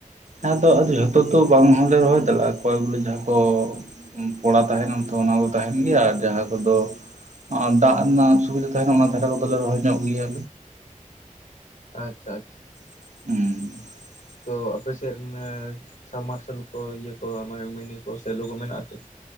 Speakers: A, on the right; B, on the left.
A: ᱟᱮᱫᱚ ᱟ ᱡᱷᱚᱛᱚ ᱛᱚ ᱵᱟᱝ ᱦᱚᱸᱞᱮ ᱨᱚᱦᱚᱭ ᱫᱟᱲᱮᱭᱟᱜᱼᱟ ᱠᱚ ᱵᱚᱞᱮ ᱡᱟᱦᱟᱸ ᱠᱚ ᱾ ᱯᱚᱲᱟ ᱛᱟᱦᱮᱱᱟᱢ ᱛᱚ ᱚᱱᱟ ᱠᱚ ᱛᱟᱦᱮᱱ ᱜᱮᱭᱟ ᱟᱨ ᱡᱟᱦᱟᱸ ᱠᱚᱫᱚ᱾ ᱟᱨ ᱫᱟᱜ ᱨᱮᱱᱟᱜ ᱥᱩᱵᱤᱫᱟ ᱛᱟᱦᱮᱱᱟ ᱚᱱᱟ ᱫᱷᱟᱨᱮ ᱠᱚᱫᱚᱞᱮ ᱨᱚᱦᱚᱭ ᱧᱚᱜ ᱜᱮᱭᱟᱼᱼ
B: ᱟᱪᱪᱷᱟ ᱟᱪᱪᱷᱟ ᱾
A: ᱦᱚᱢ ᱾
B: ᱛᱚ ᱟᱯ ᱥᱮᱫ ᱥᱟᱵᱽᱢ ᱢᱟᱨᱥᱟᱞ ᱠᱚ ᱤᱭᱟᱹ ᱠᱚ ᱢᱟᱱᱮ ᱢᱤᱱᱤ ᱠᱚ ᱥᱮ ᱞᱩᱜ ᱠᱚ ᱢᱮᱱᱟᱜ ᱟᱥᱮ?